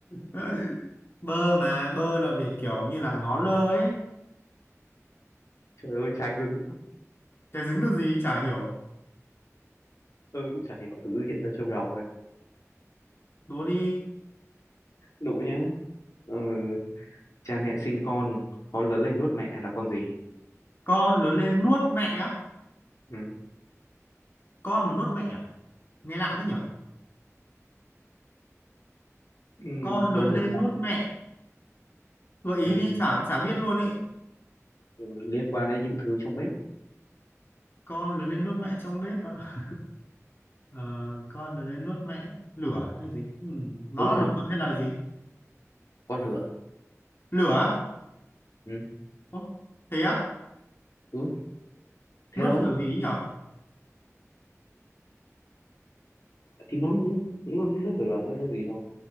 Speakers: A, on the left; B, on the left.
A: <laughs> bơ mà bơ là việc kiểu như là ngó lơ ấy
B: trời ơi trái dứng
A: cái dính được gì chả hiểu
B: ừ, cũng chả hiểu tự hiện ra trong đầu rồi
A: đố đi
B: đủ nhá ừ, cha mẹ sinh con con lớn lên nuốt mẹ là con gì
A: con lớn lên nuốt mẹ á
B: ừ.
A: con mà nuốt mẹ à? nghe lạ thế nhở
B: Ừ,
A: con lớn
B: câu này
A: lên
B: khổ.
A: nuốt mẹ gợi ý
B: ừ.
A: đi chả chả biết luôn ý
B: Ừ, liên quan đến những thứ trong bếp
A: con lớn lên nuốt mẹ trong bếp á Ờ, con lớn lên nuốt mẹ lửa hay gì ừ, nó
B: đúng
A: là
B: rồi
A: đồ vật hay là gì
B: con lửa
A: lửa
B: ừ.
A: Ồ, thế á
B: ừ. thế
A: nuốt
B: đó
A: lửa gì ấy nhở
B: thì nó nó nó lửa thôi có gì đâu